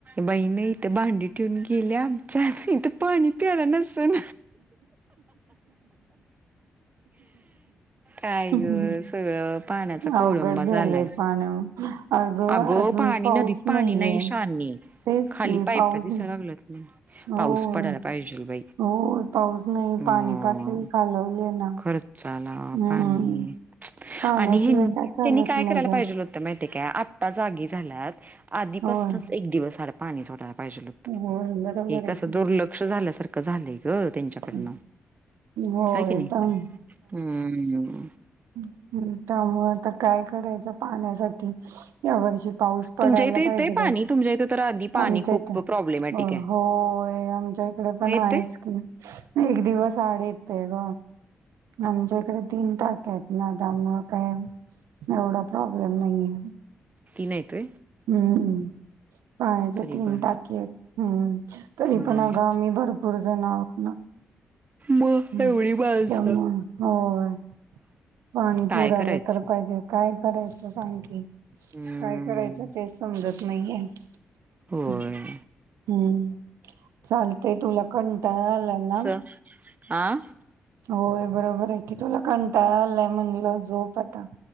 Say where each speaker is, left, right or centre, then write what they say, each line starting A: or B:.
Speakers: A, on the right; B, on the right.
A: बाई न इथ भांडी ठीऊन गेल्या आमच्यात, इथ पाणी प्याला नसन. काय
B: हम्म
A: ग, सगळ पाण्याचा कोळंबा
B: अवघड झालंय
A: झालाय,
B: पाण्या अगं
A: अग
B: अजून
A: पाणी
B: पाऊस
A: नदीत
B: नाहीये
A: पाणी नाही शहाने.
B: तेच
A: खाली
B: की
A: पाईप
B: पाऊस
A: दिसायला
B: नाही
A: लागल्यात म्हण.
B: हो
A: पाऊस पडायला पाहिजेल बाई,
B: हो पाऊस नाही
A: मग
B: पाणी पातळी खालवली ना
A: खरच. चाला
B: हम्म
A: पाणी.
B: पाण्याशिवाय
A: आणि ह्यांनी
B: काय? चालत
A: त्यांनी काय
B: नाही
A: करायला
B: ग
A: पाहिजे होत माहितीय काय? आत्ता जागी झाल्यात आधीपासनच
B: होय
A: एक दिवस आड पाणी सोडायला पाहिजेल होत.
B: होय बरोबर
A: हे
B: आहे
A: कसं
B: की
A: दुर्लक्ष झाल्यासारखं झालंय ग त्यांच्याकडनं.
B: हं. होय
A: हाय की नाही?
B: तर
A: हं.
B: हं हं, त्यामुळ आता काय करायचं पाण्यासाठी? या वर्षी पाऊस पडायला
A: तुमच्या इथे येतंय
B: पाहिजे
A: पाणी
B: बाई,
A: तुमच्या इथे तर आधी पाणी
B: आमच्या
A: खूप
B: ईथ.
A: प्रॉब्लेमॅटिक
B: हो.
A: आहे
B: होय, आमच्या इकडे पण
A: मग येतंय?
B: आहेच की. एक दिवस आड येतय ग, आमच्या कडे तीन टाक्या आहेत. ना त्यामुळे काय एवढा प्रॉब्लेम नाहीये.
A: तिन आहेत व्हय?
B: हं. पाण्याच्या
A: तरी
B: तीन
A: बर
B: टाकी आहेत. हं. तरी
A: हम्म
B: पण अगं, आम्ही भरपूर जण आहोत ना.
A: मग
B: हं,
A: एवढी माणसं
B: त्यामुळं, होय. पाणी
A: काय
B: पुरायला
A: करायचं
B: तर पाहिजे. काय करायचं सांग की?
A: हम्म
B: काय करायचं तेच समजत नाहीेये.
A: होय
B: अं. हं, चालतय. तुला कंटाळा आलाय ना?
A: <inaudible> आं?
B: होय बरोबर आहे कि. तुला कंटाळा आलाय मनलं झोप आता.